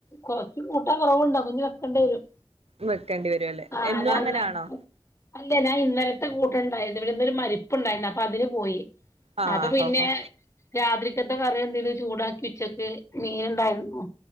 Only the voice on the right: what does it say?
വെക്കേണ്ടി വരുല്ലേ
എന്നും
അങ്ങനൊണോ
ആഹ്
ഹോ ഹോ